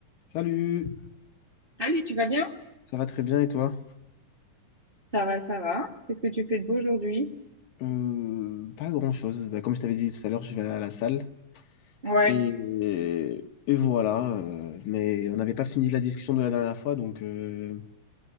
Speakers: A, on the left; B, on the right.
A: Salut,
B: Salut, tu vas bien?
A: Ça va très bien et toi?
B: Ça va, ça va. Qu'est-ce que tu fais de beau aujourd'hui?
A: Euh, pas grand-chose. Bah, comme je t'avais dit tout à l'heure, je vais aller à la salle.
B: Ouais,
A: Et, et voilà. euh, mais on n'avait pas fini la discussion de la dernière fois, donc euh,